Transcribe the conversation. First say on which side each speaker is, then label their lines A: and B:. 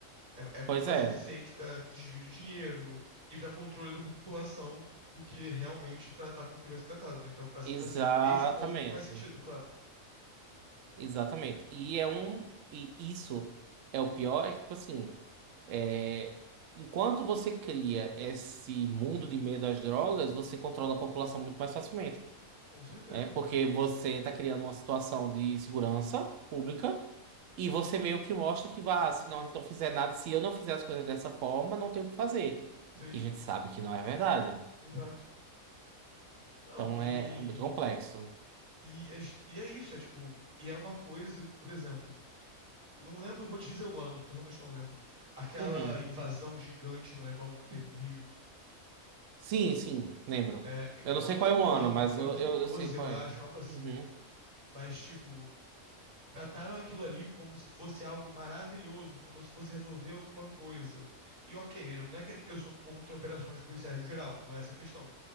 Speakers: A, on the right (about 80°); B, on the right (about 70°).
A: É, é muito
B: Pois
A: mais
B: é.
A: eficiente para desvio de dinheiro e para controle da população do que realmente tratar como deveria ser tratado, né? Então, faz,
B: Exatamente.
A: assim, nesse ponto faz sentido, claro.
B: Exatamente. E é um... E isso é o pior, é que, tipo assim... É, enquanto você cria esse mundo de medo às drogas, você controla a população muito mais facilmente,
A: Com certeza.
B: né? Porque você está criando uma situação de segurança pública e você meio que mostra que, vá se não então fizer nada, se eu não fizer as coisas dessa forma, não tenho o que fazer.
A: Sim,
B: E a gente sabe que não é verdade.
A: exato. Não,
B: Então
A: e,
B: é, é muito complexo.
A: e, é, est- e é isso, é tipo, e é uma coisa que, por exemplo, e Não lembro, vou te dizer o ano, porque eu realmente não lembro. Aquela
B: Uhum.
A: invasão gigante no alemão que teve no Rio.
B: Sim, sim, lembro.
A: É,
B: Eu não
A: eu
B: sei
A: não
B: qual
A: lembro
B: é o
A: o
B: ano,
A: ano,
B: mas
A: foi
B: eu,
A: 2012,
B: eu, eu sei qual
A: eu acho,
B: é.
A: algo assim.
B: Uhum,
A: Mas, tipo, trataram aquilo ali como se fosse algo maravilhoso, como se fosse resolver alguma coisa. E ok, né, não é que eu sou contra operações policiais no geral, não é essa a questão.